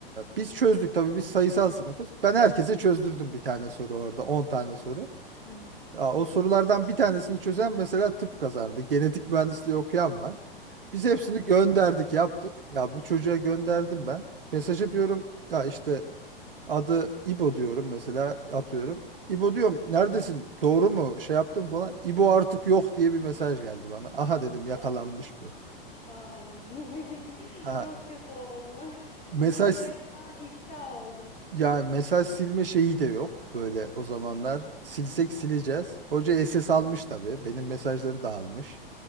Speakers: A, on the right; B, on the left.
A: biz çözdük tabii biz sayısal sınıfız. Ben herkese çözdürdüm bir tane soru orada 10 tane soru.
B: Hı hı.
A: Ya, o sorulardan bir tanesini çözen mesela tıp kazandı. Genetik mühendisliği okuyan var. Biz hepsini
B: Oo.
A: gönderdik yaptık. Ya bu çocuğa gönderdim ben. Mesaja diyorum ya işte Adı İbo diyorum mesela atıyorum. İbo diyorum neredesin? Doğru mu? Şey yaptım falan. İbo artık yok diye bir mesaj geldi bana. Aha dedim yakalanmış
B: Aa.
A: bu.
B: Ay <laughs>
A: Ha,
B: çok kötü olmuş.
A: mesaj
B: Grup resmen ifşa oldu.
A: ya mesaj silme şeyi de yok böyle o zamanlar. Silsek sileceğiz. Hoca SS almış tabii. Benim mesajları da almış.